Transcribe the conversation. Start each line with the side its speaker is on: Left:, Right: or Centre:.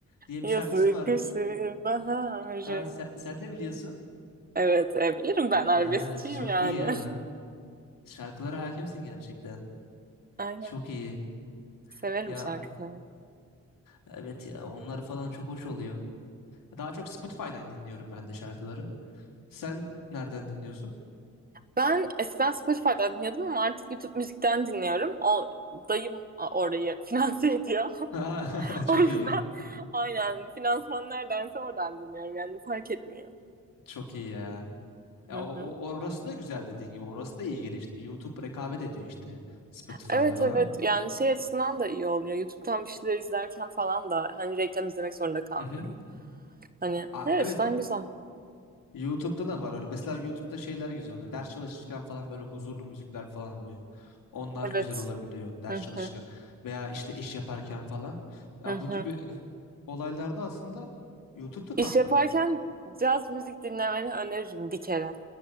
Left: diye
Right: Yazık
Left: bir şarkısı vardı.
Right: kışı baharı.
Left: Aa, sen, sen de biliyorsun.
Right: Evet, e, bilirim
Left: Aa,
Right: ben arabeskçiyim
Left: çok
Right: yani.
Left: iyi ya. Şarkılara hakimsin gerçekten.
Right: <laughs> Aynen.
Left: Çok iyi.
Right: Severim
Left: Ya
Right: şarkı dinlemeyi.
Left: evet ya onlar falan çok hoş oluyor. Daha çok Spotify'dan dinliyorum ben de şarkıları. Sen nereden dinliyorsun?
Right: Ben eskiden Spotify'dan dinliyordum ama artık YouTube müzikten dinliyorum. O dayım orayı finanse ediyor. <laughs>
Left: <laughs> Çok
Right: O yüzden
Left: iyi.
Right: aynen finansman neredense oradan dinliyorum. Yani fark etmiyor.
Left: Çok iyi ya. Ya
Right: Hı
Left: o,
Right: hı.
Left: o- orası da güzel dediğin gibi. Orası da iyi gelişti. YouTube rekabet ediyor işte Spotify'la
Right: Evet
Left: falan.
Right: evet yani şey açısından da iyi oluyor. YouTube'dan bir şeyler izlerken falan da hani reklam izlemek zorunda kalmıyorum.
Left: Hı hı.
Right: Hani
Left: Aa,
Right: her
Left: evet
Right: açıdan güzel.
Left: YouTube'da da var öyle. Mesela YouTube'da şeyler güzel oluyor. Ders çalışırken falan böyle huzurlu müzikler falan oluyor. Onlar
Right: Evet.
Left: güzel olabiliyor ders
Right: Hı
Left: çalışırken
Right: hı,
Left: veya işte iş yaparken falan. Ya
Right: hı hı.
Left: bu gibi olaylarda aslında YouTube'da tatlı.
Right: İş yaparken caz müzik dinlemeni öneririm bir kere.